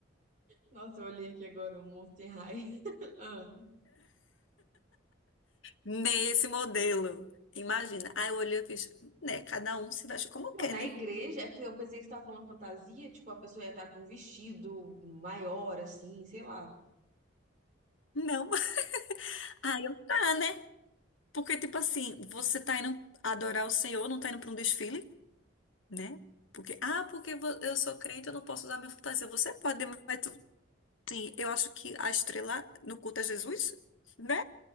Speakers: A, on the right (about 40°); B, on the left (about 90°).
A: nossa, eu olhei aqui agora o Monster High. <laughs> Ah.
B: Nesse modelo. Imagina. Aí eu olhei e fiz, né? Cada um se veste como
A: Não,
B: quer,
A: na
B: né?
A: igreja, é porque eu pensei que você tava falando fantasia, tipo, a pessoa ia estar com um vestido maior, assim, sei lá.
B: Não. <laughs> Aí eu, tá, né? Porque, tipo assim, você tá indo adorar o Senhor, não tá indo pra um desfile? né? Porque, ah, porque vo- eu sou crente, eu não posso usar minha fantasia. Você pode, mas tu- sim, eu acho que a estrela no culto é Jesus, né?